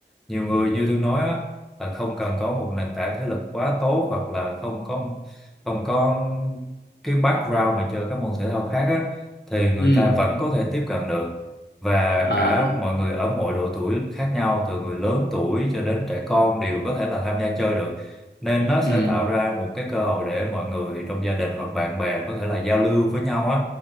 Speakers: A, in the centre; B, on the left.
A: nhiều người như tôi nói á là không cần có một nền tảng thể lực quá tốt hoặc là không có không có cái background mà chơi các môn thể thao khác á thì người
B: ừ
A: ta vẫn có thể tiếp cận được và
B: à,
A: cả mọi người ở mọi độ tuổi khác nhau từ người lớn tuổi cho đến trẻ con đều có thể là tham gia chơi được nên nó
B: ừ
A: sẽ tạo ra một cái cơ hội để mọi người trong gia đình hoặc bạn bè có thể là giao lưu với nhau á